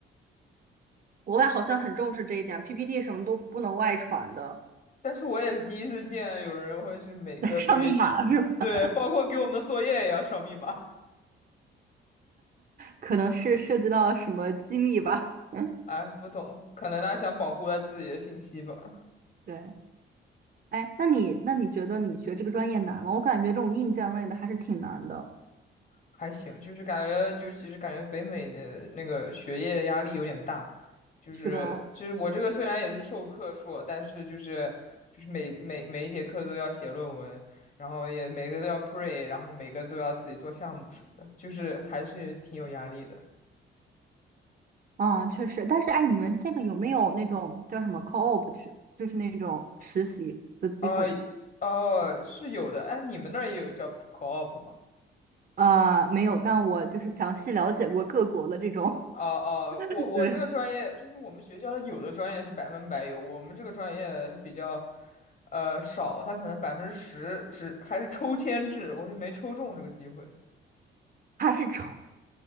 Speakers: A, on the right; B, on the left.
A: 国外好像很重视这一点，PPT 什么都不能外传的。
B: 但是我也是第一次见有人会是每个
A: <laughs> 上密码是吧？
B: PPT，对，包括给我们的作业也要上密码，
A: 可能是涉及到什么机密吧。<laughs> 嗯，
B: <laughs> 哎，不懂，可能他想保护他自己的信息吧。
A: 对。哎，那你那你觉得你学这个专业难吗？我感觉这种硬件类的还是挺难的，
B: 还行，就是感觉，就其实感觉北美的那个学业压力有点大，就是就是我这个虽然也是授课硕，
A: 是吧？
B: 但是就是就是每每每一节课都要写论文，然后也每个都要 pre，然后每个都要自己做项目什么的，就是还是挺有压力的。
A: 嗯，确实，但是哎，你们这个有没有那种叫什么 co-op，就是就是那种实习的机会？
B: 哦哦，是有的，哎，你们那儿也有叫 co-op 吗？
A: 呃，没有，但我就是详细了解过各国的这种，
B: 哦哦，
A: <laughs>
B: 我我这个专业就是我们学校有的专业是百分百有，
A: 对，
B: 我们这个专业它比较呃少，他可能百分之十只还是抽签制，我就没抽中这个机会。
A: 还是愁，